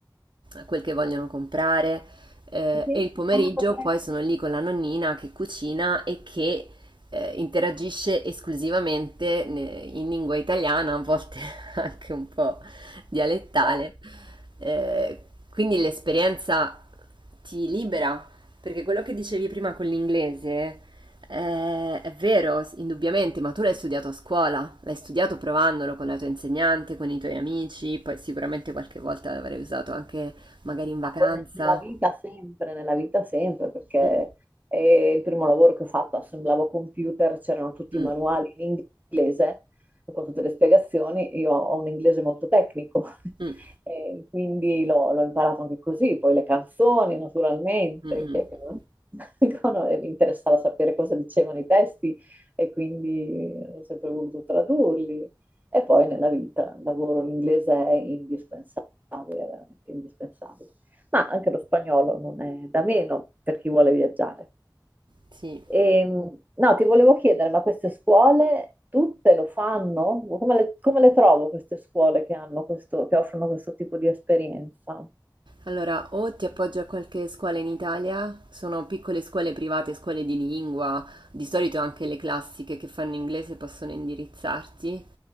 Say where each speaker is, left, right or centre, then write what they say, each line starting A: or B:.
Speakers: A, on the right; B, on the right.
A: quel che vogliono comprare eh,
B: E quindi
A: e il pomeriggio
B: come potrei
A: poi sono lì con la nonnina che cucina e che eh, interagisce esclusivamente ne- in lingua italiana, a volte <laughs> anche un po' dialettale.
B: fare?
A: Eh, quindi l'esperienza ti libera, perché quello che dicevi prima con l'inglese eh, è vero, s- indubbiamente, ma tu l'hai studiato a scuola, l'hai studiato provandolo con la tua insegnante, con i tuoi amici, poi sicuramente qualche volta l'avrei usato anche Magari in vacanza.
B: Ma poi ne- nella vita sempre, nella vita sempre, perché
A: Mm,
B: eh, il primo lavoro che ho fatto assemblavo computer, c'erano tutti
A: mm,
B: i manuali in inglese, con tutte le spiegazioni, io ho un inglese molto tecnico, <laughs>
A: mm,
B: e quindi l'ho l'ho imparato anche così, poi le canzoni naturalmente,
A: mm, mm.
B: chi è che non- <laughs> no, e mi interessava sapere cosa dicevano i testi e quindi ho sempre voluto tradurli. E poi nella vita, il lavoro in inglese è indispensabile, veramente indispensabile ma anche lo spagnolo non è da meno per chi vuole viaggiare.
A: Sì.
B: E, no, ti volevo chiedere, ma queste scuole tutte lo fanno? Come le, come le trovo queste scuole che hanno questo, che offrono questo tipo di esperienza?
A: Allora, o ti appoggio a qualche scuola in Italia, sono piccole scuole private, scuole di lingua, di solito anche le classiche che fanno inglese possono indirizzarti.